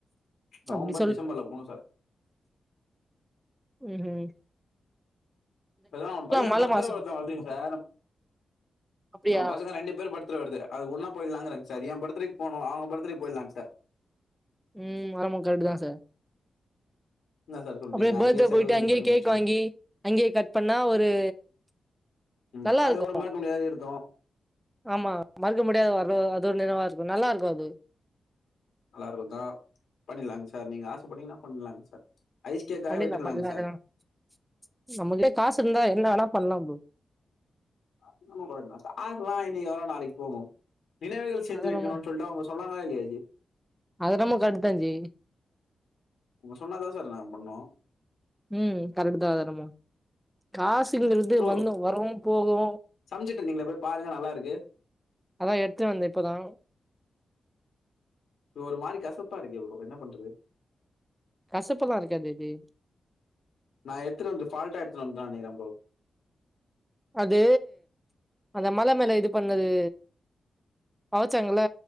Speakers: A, on the left; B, in the centre.
A: நவம்பர்
B: அப்படி
A: டிசம்பர்ல போணு சார்
B: ம்ஹு
A: அதா அவ பைய
B: மழ
A: பர்த்டே
B: மாசோ
A: வருதா வருதுங்க சார்
B: அப்படியா
A: நம்ப பசங்க ரெண்டு பேர் பர்த்டே வருது அது ஒன்னா போயிலாங்கறேங்க சார் ஏ பர்த்டேக்கு போனோ அவுங்க பர்த் த்ரி போயிட்லாங்க சார்
B: ம் ஆமா கரெட்க்டுதா சார்
A: என்ன சார் சொல்றீங்க
B: அப்டியே பர்த்டே
A: அங்கேயே செலிப்ரேஷன்
B: போயிட்டு அங்கேயே
A: பண்ணி முடிச்சிடும்
B: கேக் வாங்கி அங்கேயே கட் பண்ணா ஒரு
A: ம்
B: நல்லா
A: அது
B: இருக்கு
A: ஒரு மறக்க முடியாத இருக்கு
B: ஆமா மறக்க முடியாது வர அது ஒரு நினைவாருக்கு நல்லாருக்கு அது
A: நல்லாருக்குந்தா பண்ணிலாங் சார் நீங்க ஆச பட்டீங்கன்னா பண்லாங்க சார் ஐஸ் கேக்காக
B: பண்ணிர்லா
A: விட்டுடலாங்க
B: பண் <unintelligible>
A: சார்
B: நம்மட்ட காசு இருந்தா என்ன வேணா பண்லா ப்ரோ
A: <inaudible> காஸ்லா இன்னைக்கு வரு நாளைக்கு போகு நினைவுகள் சேத்து
B: அது
A: வக்கணுன்னு
B: என்னமோ
A: சொல்ட்டு அவுங்க சொன்னாங்களா இல்லையா ஜி
B: அது என்னமோ கரெக்ட் தா ஜி
A: அவுங்க சொன்னதுதா சார் நாங்க பண்ணோ
B: ம் கரெக்ட்டுதா அது என்னமோ காஸ் ட்டிங்கிறது
A: ப்ரோ
B: வார்டு வரு போகு
A: சமைச்சிட்டு இருந்தீங்களே போய் பாருங்க நல்லா இருக்கு
B: அதா எடுத்துட்டு வந்த இப்பதா
A: இது ஒரு மாரி கசப்பா இருக்கே ப்ரோ என்ன பண்றது
B: கசப்புல்லா இருக்காதே அது
A: நா எத்துட்டு வந்து ஃபால்ட்டா எத்துட்டு வந்துட்டேன் நெனைக்கிற ப்ரோ
B: அது அந்த மல மேல இது பண்ணது அவச்சாங்கல்ல